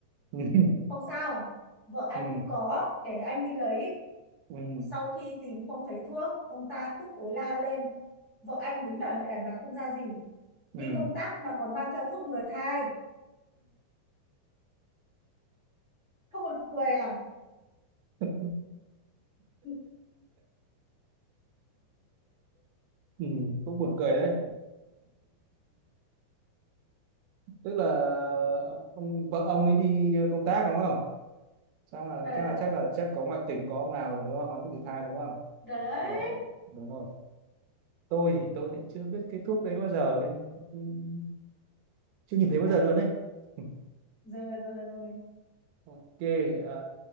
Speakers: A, on the right (about 75°); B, on the left (about 50°).
A: ừ
B: Không sao, vợ anh
A: ừ
B: cũng có, để anh đi lấy.
A: ừ
B: Sau khi tìm không thấy thuốc, ông ta tức tối la lên. Vợ anh đúng là loại đàn bà không ra gì.
A: ừ
B: Đi
A: ừ
B: công tác mà còn mang theo thuốc ngừa thai. Không một cười à?
A: ừ
B: <laughs>
A: Ừ, cũng buồn cười đấy tức là ông vợ ông ấy đi công tác đúng không xong là
B: Ờ,
A: chắc là chắc là chắc có ngoại tình có ông nào rồi đúng không có cái thai đúng không
B: đấy.
A: vợ đúng rồi tôi thì tôi cũng chưa biết cái thuốc đấy bao giờ nên cũng chưa nhìn thấy bao
B: À,
A: giờ luôn đấy <laughs>
B: Rồi, rồi, rồi.
A: ok à,